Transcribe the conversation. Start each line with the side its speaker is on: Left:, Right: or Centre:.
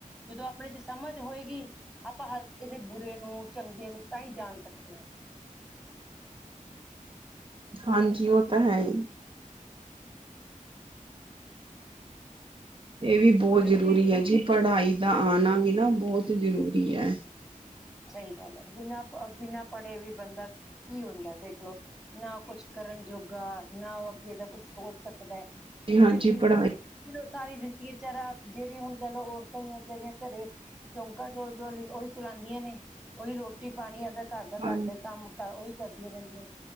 Centre: ਜਦੋਂ ਅਪਣੇ ਚ ਸਮਝ ਹੋਏਗੀ ਆਪਾਂ ਹਰ ਕਿਸੇ ਬੁਰੇ ਨੂੰ ਚੰਗੇ ਨੂੰ ਤਾਂ ਹੀ ਜਾਣ ਸਕਦੇ ਆ। <inaudible>
Right: ਹਾਂਜੀ ਉਹ ਤਾਂ ਹੈ ਹੀ। ਇਹ ਵੀ ਬਹੁਤ
Centre: ਕਿਉਂਕਿ
Right: ਜ਼ਰੂਰੀ ਹੈ ਜੀ ਪੜ੍ਹਾਈ ਦਾ ਆਉਣਾ ਵੀ ਨਾ ਬਹੁਤ ਜ਼ਰੂਰੀ ਹੈ।
Centre: ਸਹੀ ਗੱਲ ਹੈ ਬਿਨਾਂ ਬਿਨਾਂ ਪੜ੍ਹੇ ਵੀ ਬੰਦਾ ਕੀ ਹੁੰਦਾ ਦੇਖਲੋ ਨਾ ਉਹ ਕੁਛ ਕਰਨ ਜੋਗਾ ਨਾ ਉਹ ਅੱਗੇ ਦਾ ਕੁੱਛ ਸੋਚ ਸਕਦਾ
Right: ਜੀ
Centre: ਤੇ
Right: ਹਾਂਜੀ
Centre: ਫਿਰ ਕੀ ਗੱਲ
Right: ਪੜ੍ਹਾਈ
Centre: ਸਾਰੀ ਜ਼ਿੰਦਗੀ ਵਿਚਾਰਾ ਜਿਹੜੀ ਹੁਣ ਕਹਿਲੋ ਔਰਤਾਂ ਹੀ ਵਿਚਾਰੀਆਂ ਘਰੇ ਚੌਂਕਾ ਚੋਲ ਜੋਲੀ ਉਹੀ ਚਲਾ ਆਦੀਆਂ ਨੇ ਉਹੀ ਰੋਟੀ ਪਾਣੀ ਆਪਦਾ ਘਰ ਦਾ
Right: ਹਾਂ
Centre: ਘਰ ਦਾ ਕੰਮ ਉਹੀ ਕਰਦੀਆਂ ਰਹਿੰਦੀਆਂ ਨੇ।